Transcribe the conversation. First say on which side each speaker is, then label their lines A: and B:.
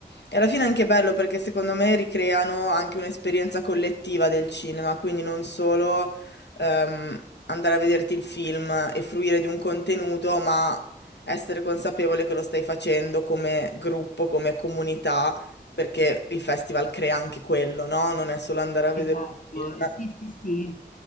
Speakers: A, on the left; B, on the left.
A: E alla fine è anche bello perché secondo me ricreano anche un'esperienza collettiva del cinema, quindi non solo ehm, andare a vederti il film e fruire di un contenuto, ma essere consapevole che lo stai facendo come gruppo, come comunità, perché il festival crea anche quello, no? Non è solo andare a vedere
B: Esatto,
A: un film.
B: ehm, sì, sì, sì.